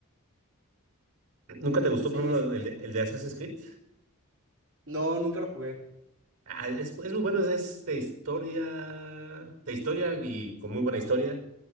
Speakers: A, on the right; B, on the right.
A: ¿Nunca te gustó,
B: Sí,
A: por ejemplo,
B: sí, sí.
A: el de, el de Assassin's Creed?
B: No, nunca lo jugué.
A: Ah, es, es muy bueno, es, es de historia, de historia y con muy buena historia.